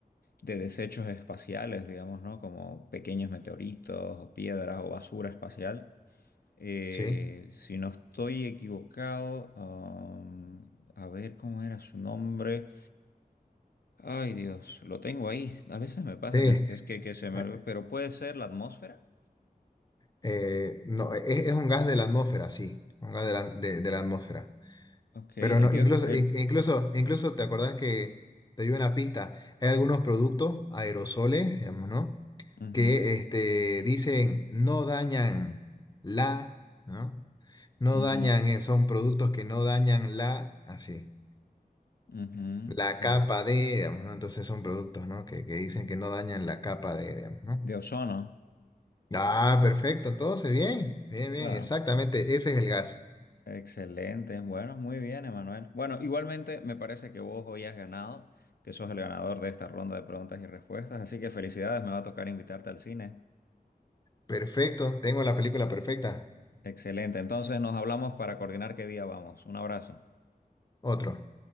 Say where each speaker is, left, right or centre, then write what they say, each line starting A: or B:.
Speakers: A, on the left; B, on the left.
A: de desechos espaciales, digamos, ¿no? Como pequeños meteoritos o piedras o basura espacial. Eh,
B: Sí,
A: si no estoy equivocado, am, a ver cómo era su nombre. Ay, Dios, lo tengo ahí. A veces me pasa
B: sí.
A: que, que es que, que se me...
B: eh,
A: olvida, Pero puede ser la atmósfera.
B: eh, no, es, es un gas de la atmósfera, sí, un gas de la, de- de la atmósfera.
A: Ok, el
B: Pero no,
A: dios...
B: incluso,
A: El...
B: in- incluso, incluso te acordás que te dio una pista. Hay algunos productos aerosoles, digamos, ¿no?
A: ujú,
B: que este, dicen no dañan la, ¿no? No
A: ujú,
B: dañan, eh, son productos que no dañan la, así,
A: ujú,
B: la
A: eh,
B: capa de, digamos, ¿no? Entonces son productos, ¿no? Que, que dicen que no dañan la capa de, digamos, ¿no?
A: de ozono,
B: Ah, perfecto, entonces bien, bien, bien,
A: claro.
B: exactamente, ese es el gas.
A: Excelente, bueno, muy bien, Emanuel. Bueno, igualmente me parece que vos hoy has ganado, que sos el ganador de esta ronda de preguntas y respuestas, así que felicidades, me va a tocar invitarte al cine.
B: Perfecto, tengo la película perfecta.
A: Excelente, entonces nos hablamos para coordinar qué día vamos. Un abrazo.
B: Otro.